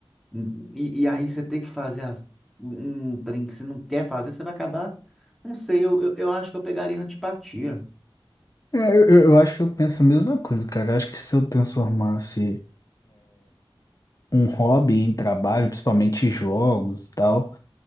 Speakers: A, in the centre; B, on the left.
A: Hum, E, e aí você tem que fazer as- um trem que você não quer fazer, você vai acabar. Não sei, eu, eu, eu acho que eu pegaria antipatia.
B: É, Eu, eu eu acho que eu penso a mesma coisa, cara. Acho que se eu transformasse um hobby em trabalho, principalmente jogos e tal,